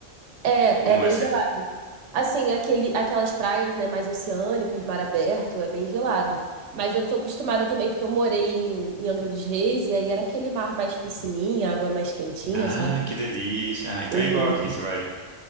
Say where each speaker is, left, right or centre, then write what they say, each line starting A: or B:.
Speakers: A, on the right (about 70°); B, on the right (about 55°).
A: É,
B: ou não
A: é bem
B: é sempre?
A: gelado. Assim, aquele, aquelas praias, né, mais oceânicas, mar aberto, é bem gelado. Mas eu tô acostumada também, porque eu morei em, em Angra dos Reis, e aí era aquele mar mais piscininha, água mais quentinha,
B: Ah,
A: sabe?
B: que delícia. Ah, então
A: Uhum.
B: é igual aqui, você vai.